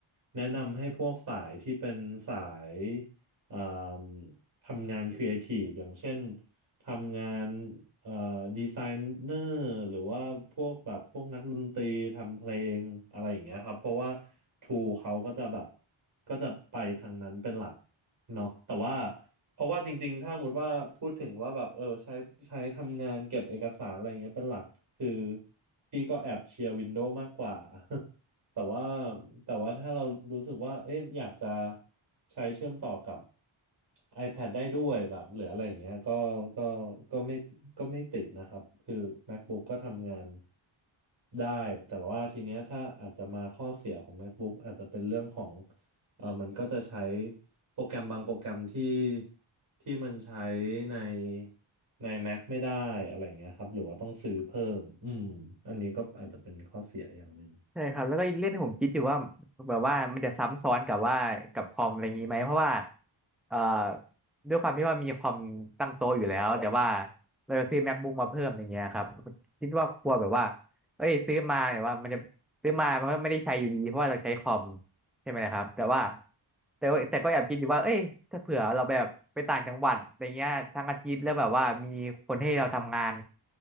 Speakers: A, on the right; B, in the centre.
A: แนะนำให้พวกสายที่เป็นสายเอ่มทำงานครีเอทีฟอย่างเช่นทำงานเอ่อดีไซเนอร์หรือว่าพวกแบบพวกนักดนตรีทำเพลงอะไรอย่างเงี้ยครับเพราะว่าทูเขาก็จะแบบก็จะไปทางนั้นเป็นหลักเนาะแต่ว่าเพราะว่าจริงๆถ้าสมมติว่าพูดถึงว่าแบบเออใช้ใช้ทำงานเก็บเอกสารอะไรเงี้ยเป็นหลักคือพี่ก็แอบเชียร์วินโดว์มากกว่า แต่ว่าแต่ว่าถ้าเรารู้สึกว่าเอ๊ะอยากจะใช้เชื่อมต่อกับ iPad ได้ด้วยแบบหรืออะไรอย่างเงี้ยก็ก็ก็ไม่ก็ไม่ติดนะครับคือ MacBook ก็ทำงานได้แต่ว่าทีเนี้ยถ้าอาจจะมาข้อเสียของ MacBook อาจจะเป็นเรื่องของเออมันก็จะใช้โปรแกรมบางโปรแกรมที่ที่มันใช้ในใน Mac ไม่ได้อะไรอย่างเงี้ยครับหรือว่าต้องซื้อเพิ่มอืมอันนี้ก็อาจจะเป็นข้อเสียอย่างหนึ่ง
B: ใช่ครับแล้วก็อีกเรื่องที่ผมคิดอยู่ว่าแบบว่ามันจะซ้ำซ้อนกับว่ากับคอมอะไรอย่างนี้ไหมเพราะว่าเอ่อด้วยความที่ว่ามีคอมตั้งโต๊ะอยู่แล้วแต่ว่าเราจะซื้อ MacBook มาเพิ่มอย่างเงี้ยครับคิดว่ากลัวแบบว่าเอ้ยซื้อมาแต่ว่ามันจะซื้อมามันก็ไม่ได้ใช้อยู่ดีเพราะว่าเราใช้คอม ใช่ไหมนะครับแต่ว่าแต่ว่าแต่ก็แอบคิดอยู่ว่าเอ้ยถ้าเผื่อเราแบบไปต่างจังหวัดอะไรเงี้ยทั้งอาทิตย์แล้วแบบว่ามีคนให้เราทำงาน